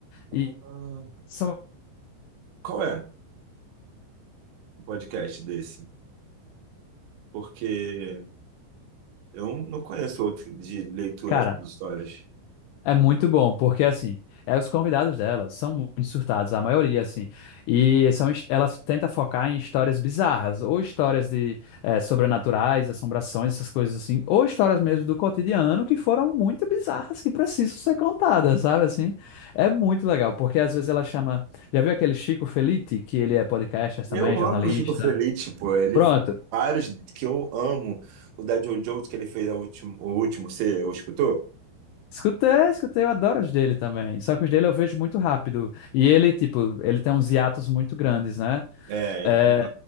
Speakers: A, on the left; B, on the right.
A: E
B: Ah,
A: são.
B: Qual é? podcast desse, porque eu não conheço outro de leitura
A: Cara,
B: de histórias.
A: É muito bom, porque assim, é, os convidados dela são muito surtados, a maioria, assim. E são, his- ela tenta focar em histórias bizarras, ou histórias de é, sobrenaturais, assombrações, essas coisas assim, ou histórias mesmo do cotidiano que foram muito bizarras, que precisam ser contadas, sabe assim? É muito legal, porque às vezes ela chama. Já viu aquele Chico Felitti, que ele é podcaster também,
B: Eu
A: jornalista?
B: amo o Chico Feliz, tipo, ele
A: Pronto.
B: vários que eu amo. O da JoJo que ele fez a último, o último, você escutou?
A: Escutei, escutei, eu adoro os dele também. Só que os dele eu vejo muito rápido. E ele, tipo, ele tem uns hiatos muito grandes, né?
B: É, ele
A: É,
B: tem um-